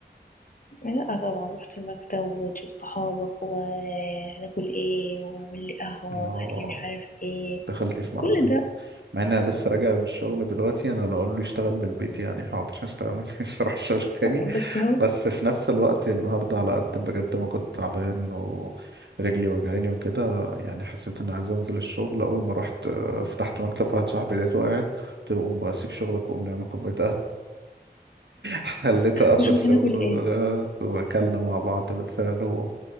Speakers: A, on the left; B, on the right.
A: لا طبعا رحت المكتب وتشوف صحابك وهناكل ايه واعمل لي قهوة
B: اه
A: وهات لي مش عارف ايه
B: دخلت في
A: كل
B: ملعبين
A: ده
B: مع ان انا لسه راجع من الشغل دلوقتي انا لو قالوا لي اشتغل من البيت يعني حاضر <laughs> هشتغل مش هروح الشغل تاني
A: بس اهو
B: بس في نفس الوقت النهارده على قد بجد ما كنت تعبان ورجلي وجعاني وكده يعني حسيت اني عايز انزل الشغل اول ما رحت آه، فتحت مكتب واحد صاحبي لقيته قاعد قلت له قوم بقى سيب شغلك وقوم نعمل كوبايه خليته قفل
A: وشوف
B: شغله
A: هناكل ايه
B: ده، واكلنا مع بعض بالفعل و...